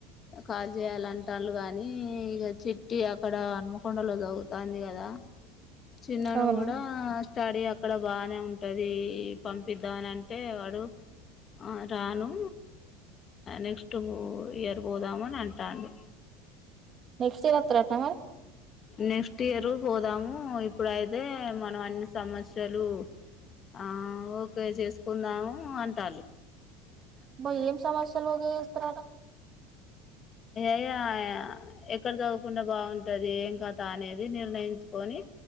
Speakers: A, on the left (about 35°); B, on the right (about 35°).
A: కాల్ చేయాలంటాళ్ళు గాని ఇగ చిట్టి అక్కడ అన్మకొండలో చవుతంది కదా చిన్నను
B: అవునా
A: కూడడా స్టడీ ఆక్క అక్కడ బాగానే ఉంటది పంపిద్దామని అంటే వాడు రాను నెక్స్ట్ ఇగ ఇయర్ పోదామని అంటాడు.
B: నెక్స్ట్ ఇయర్ వత్తాడటన మరి
A: నెక్స్ట్ ఇయరు పోదాము ఇప్పుడైతే మనం అన్ని సమస్యలు ఆఓ అప్లై చేసుకుందాం అంటరు
B: అబ్బా ఏం సమస్యలు చేస్తారట
A: అయ్యా ఎక్కడ చదువుకుంటే బాగుంటది, ఏం కదా అనేది నిర్ణయించుకొని